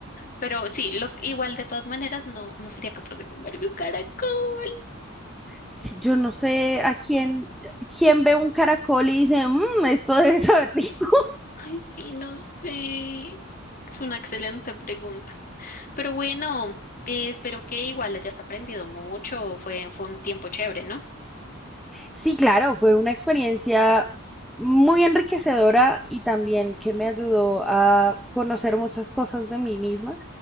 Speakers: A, on the left; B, in the centre.
A: Pero sí, lo, igual de todas maneras no, no sería capaz de comerme un caracol.
B: Sí, yo no sé a quién, quién ve un caracol y dice, "Mm, esto <laughs> debe saber rico.
A: Ay, sí, no sé. Es una excelente pregunta. Pero bueno, eh, espero que igual hayas aprendido mucho. Fue, fue un tiempo chévere, ¿no?
B: Sí, claro, fue una experiencia muy enriquecedora y también que me ayudó a conocer muchas cosas de mí misma,